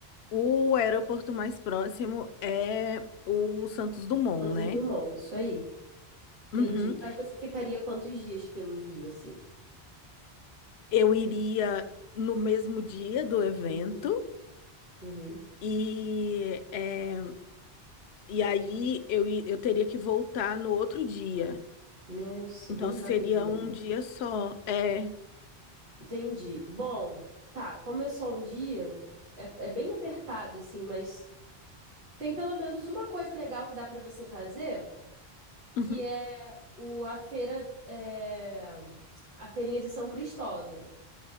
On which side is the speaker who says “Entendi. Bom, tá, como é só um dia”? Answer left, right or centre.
Right